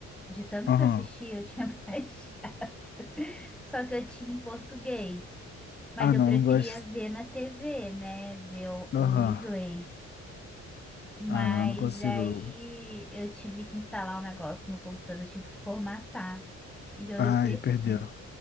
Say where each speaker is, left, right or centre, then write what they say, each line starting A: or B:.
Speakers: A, in the centre; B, on the left.
A: De tanto
B: Aham.
A: que eu assisti, eu tinha <laughs> baixado. Só que eu tinha em português. Mas
B: Ah,
A: eu
B: não,
A: preferia
B: não gosto.
A: ver na TV, né? Ver o,
B: Aham.
A: o inglês. Mas
B: Ah, não, eu não consigo.
A: aí eu tive que instalar um negócio no computador, eu tive que formatar. E eu,
B: Ai,
A: eu perdi.
B: perdeu.